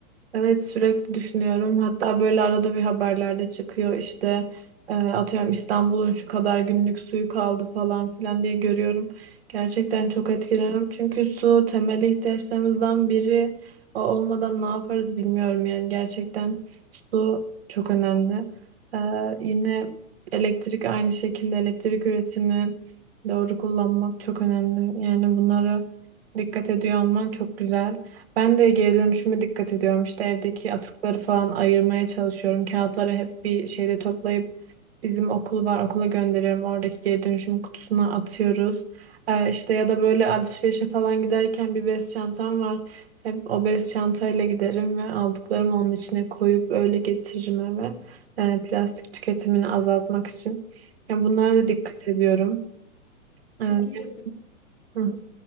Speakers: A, on the right; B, on the left.
A: Evet sürekli düşünüyorum. Hatta böyle arada bir haberlerde çıkıyor işte e, atıyorum İstanbul'un şu kadar günlük suyu kaldı falan filan diye görüyorum. Gerçekten çok etkileniyorum. Çünkü su temel ihtiyaçlarımızdan biri. O olmadan ne yaparız bilmiyorum yani gerçekten su çok önemli. E, yine elektrik aynı şekilde elektrik üretimi doğru kullanmak çok önemli. Yani bunlara dikkat ediyor olman çok güzel. Ben de geri dönüşüme dikkat ediyorum. İşte evdeki atıkları falan ayırmaya çalışıyorum. Kağıtları hep bir şeyde toplayıp bizim okul var okula gönderiyorum. Oradaki geri dönüşüm kutusuna atıyoruz. Ee, işte ya da böyle alışverişe falan giderken bir bez çantam var. Hep o bez çantayla giderim ve aldıklarımı onun içine koyup öyle getiririm eve. Ee, plastik tüketimini azaltmak için. Ya bunlara da dikkat ediyorum. Ee,
B: Çok iyi yapıyorsun.
A: hı